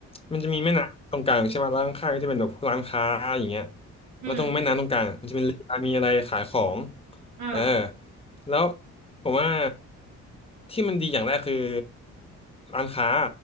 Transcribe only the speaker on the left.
มันจะมีแม่น้ำตรงกลางใช่ไหมแล้วข้างๆก็จะเป็นแบบร้านค้าอย่างเงี้ย
แล้วตรงแม่น้ำตรงกลางอะมันจะเป็นเรือมีอะไรขายของ
เออแล้วผมว่าที่มันดีอย่างแรกคือร้านค้า